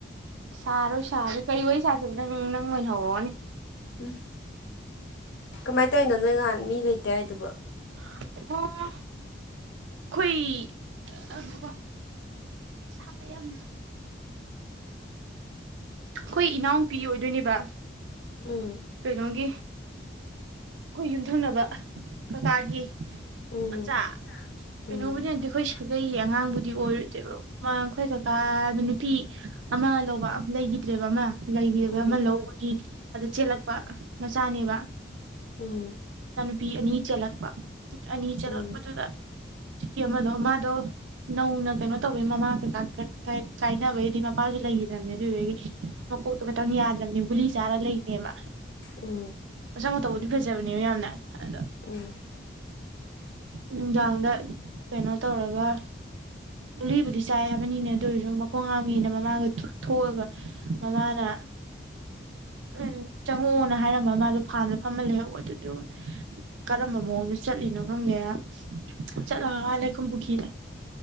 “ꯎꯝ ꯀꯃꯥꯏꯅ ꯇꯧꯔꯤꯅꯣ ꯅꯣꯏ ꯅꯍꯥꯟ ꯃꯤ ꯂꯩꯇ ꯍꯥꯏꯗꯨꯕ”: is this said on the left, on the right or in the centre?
Left